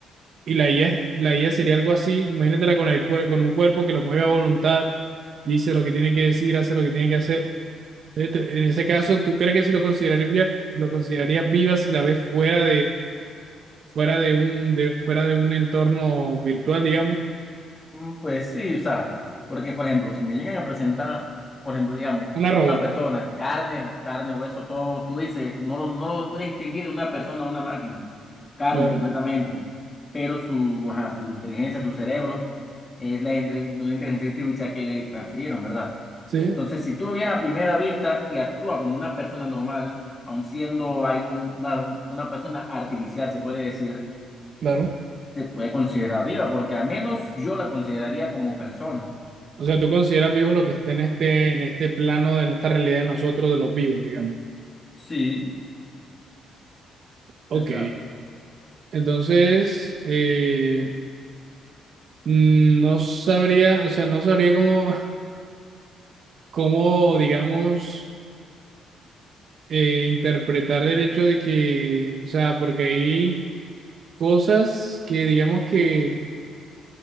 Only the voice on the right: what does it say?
Y la IA, es- la IA sería algo así, imagínatela con el cuer- con un cuerpo que lo mueve a voluntad, dice lo que tiene que decir, hace lo que tiene que hacer. Entonces, te- en ese caso, ¿tú crees que si lo considerarías, lo considerarías viva si la ves fuera fuera de un, de, fuera de un entorno virtual, digamos,
una robot.
Claro,
sí,
claro.
O sea, tú consideras vivos lo que está en este, en este plano, en esta realidad de nosotros, de los vivos, digamos.
Ok,
entonces, eh, mm, no sabría, o sea, no sabría cómo, cómo digamos, eh, interpretar el hecho de que, o sea, porque hay cosas que, digamos que